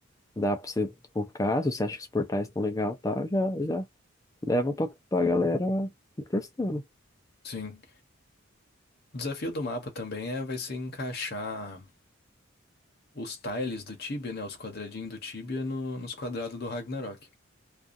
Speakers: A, on the left; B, on the left.
A: dá pra você focar, se você acha que os portais estão legal, e tal, já, já leva pra, pra galera ir testando.
B: Sim. O desafio do mapa também é, vai ser encaixar os tiles do Tibia, né? Os quadradinhos do Tibia no- nos quadrados do Ragnarok.